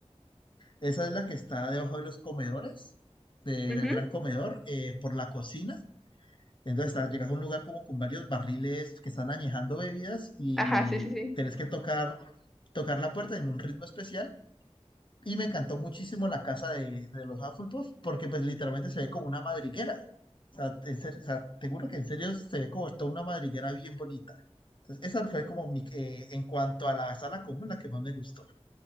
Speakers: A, on the left (about 45°); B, in the centre.
A: Esa es la que está debajo de los comedores, de-
B: Ujú,
A: del gran comedor, eh, por la cocina. Entonces, ah, llegas a un lugar como con varios barriles que están añejando bebidas y
B: Ajá, sí, sí, sí.
A: tenés que tocar, tocar la puerta en un ritmo especial. Y me encantó muchísimo la casa de, de los Hufflepuff porque pues literalmente se ve como una madriguera. O sea, en serio- o sea, te juro que en serio se ve como toda una madriguera bien bonita. Entonces, esa fue como mi, eh, en cuanto a la sala común, la que más me gustó.